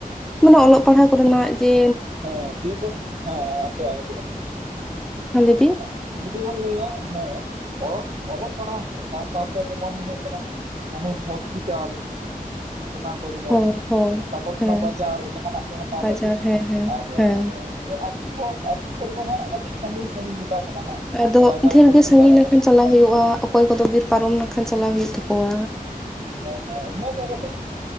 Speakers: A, in the centre; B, on the right.
A: ᱢᱟᱱᱮ ᱚᱞᱚᱜ ᱯᱟᱲᱦᱟᱜ ᱠᱚᱨᱮᱱᱟᱜ ᱡᱮ
B: ᱦᱮᱸ ᱫᱤᱭᱟᱹ ᱠᱚ ᱦᱮᱸ
A: ᱦᱮᱸ ᱞᱟᱹᱭ ᱵᱤᱱ
B: <unintelligible> ᱡᱩᱫᱤ ᱵᱚᱱ ᱞᱟᱹᱭᱟ ᱦᱮᱸ ᱚᱞᱚᱜ ᱯᱟᱲᱦᱟᱜ ᱦ ᱥᱟᱶ ᱥᱟᱶᱛᱮ ᱡᱮᱢᱚᱱ ᱦᱩᱭᱩᱜ ᱠᱟᱱᱟ᱾ ᱦᱳᱥᱯᱤᱴᱟᱞ ᱚᱱᱟ ᱠᱚ ᱡᱮᱢᱚᱱ
A: ᱦᱳᱸ ᱦᱳᱸ
B: ᱛᱟᱯᱚᱨ ᱠᱳᱱᱳ
A: ᱦᱮᱸ
B: ᱵᱟᱡᱟᱨ ᱡᱟᱦᱟᱱᱟᱜ ᱠᱚ ᱦᱟᱛᱟᱣ
A: ᱵᱟᱡᱟᱨ
B: ᱞᱟᱹᱜᱤᱫ
A: ᱦᱮᱸ ᱦᱮᱸ
B: ᱟᱨ
A: ᱦᱮᱸ
B: ᱱᱤᱭᱟᱹ ᱟᱛᱳ ᱠᱚ ᱟᱛᱳ ᱠᱚᱨᱮᱫᱚ ᱦᱟᱸᱜ ᱠᱟᱹᱴᱤᱡ ᱥᱟᱺᱜᱤᱧ ᱥᱟᱺᱜᱤᱧ ᱜᱮᱛᱟ ᱵᱚᱱᱟ ᱦᱟᱸᱜ
A: ᱟᱫᱚ
B: ᱵᱟᱡᱟᱨ
A: ᱰᱷᱮᱨ
B: ᱦᱚᱥᱯᱤᱴᱟᱞ
A: ᱜᱮ ᱥᱟᱺᱟᱹᱜᱤᱧ ᱱᱟᱠᱷᱟᱱ
B: ᱠᱚ
A: ᱪᱟᱞᱟᱜᱣ ᱦᱩᱭᱩᱜᱼᱟ᱾ ᱚᱠᱚᱭ ᱠᱚᱫᱚ ᱵᱤᱨ ᱯᱟᱨᱚᱢ ᱞᱮᱠᱷᱟᱱ ᱪᱟᱞᱟᱜ ᱦᱩᱭᱩᱜ ᱛᱟᱠᱚᱣᱟ᱾
B: ᱦᱮᱸ ᱦᱮᱸ ᱤᱱᱟᱹᱜ ᱠᱟᱹᱴᱤᱡ